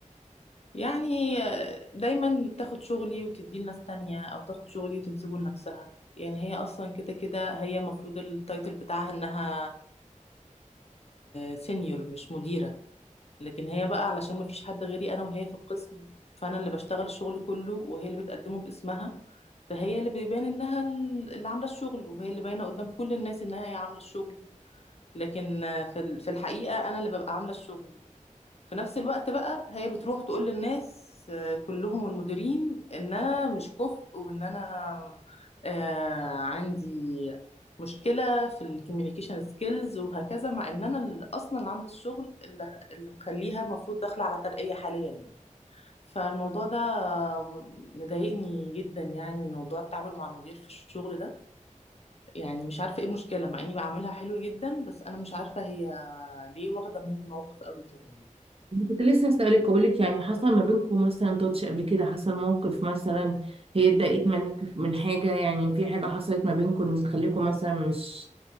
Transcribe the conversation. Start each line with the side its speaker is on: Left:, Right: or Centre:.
Left: يعني آه، دايما بتاخد شغلي وتديه لناس تانية او تاخد شغلي وتنسبه لنفسها يعني هي اصلا كده كده هي المفروض التايتل بتاعها انها سينيور مش مديره لكن هي بقى علشان ما فيش حد غيري انا وهي في القسم فانا اللي بشتغل الشغل كله وهي اللي بتقدمه باسمها فهي اللي بيبان انها ال- اللي عامله الشغل وهي اللي باينه قدام كل الناس انها هي عامله الشغل لكن آه، في ال- في الحقيقه انا اللي ببقى عامله الشغل في نفس الوقت بقى هي بتروح تقول للناس آه، كلهم المديرين ان انا مش كفء وان انا آه، عندي مشكلة في الكوميونيكيشن سكيلز وهكذا مع ان انا اللي اصلا اللي عامله الشغل اللي اللي مخليها المفروض داخلة على ترقية حاليا يعني فالموضوع ده م- مضايقني جدا يعني موضوع التعامل مع المدير في الشغل ده يعني مش عارفة ايه المشكلة مع اني بعملها حلو جدا بس انا مش عارفة هي ليه واخدة مني موقف قوي كده يعني
Right: كنت لسه اسالك اقول لك يعني حصل ما بينكم مثلا تاتش قبل كده حصل موقف مثلا هي اتضايقت منك من حاجه يعني في حاجه حصلت ما بينكم تخليكم مثلا مش